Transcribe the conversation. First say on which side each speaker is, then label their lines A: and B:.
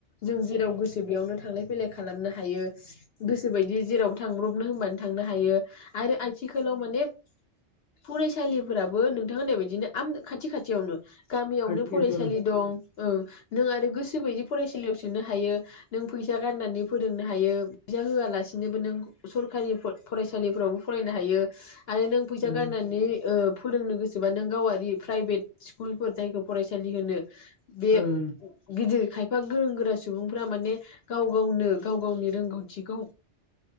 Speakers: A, on the left; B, on the left.
A: जों जेराव गोसो बेयावनो थांलाय फैलाय खालामनो हायो गोसो बायदि जेरावबो थांब्रबनो होनबानो थांनो हायो आरो आथिखालाव माने फरायसालिफोराबो नोंथां होननाय बायदिनो आम खाथि खाथियावनो। गामियावनो
B: खाथि
A: फरायसालि
B: खाथियावनो
A: दं। औ नों आरो गोसो गोसो बायदि फरायसालियाव सोनो हायो नों फैसा गारनानै फोरोंनो हायो फैसा होआलासिनोबो नों सरखारि फरायसालिफ्रावबो फरायनो हायो। आरो नों फैसा
B: उम
A: गारनानै ओ फोरोंनो गोसोबा नों गावारि प्राइभेट स्कुलफोर जायखौ फरायसालि होनो बे
B: उम
A: गिदिर खायफा गोरों गोरा सुबुंफ्रा माने गाव गावनो गाव गावनि रोंगौथिखौ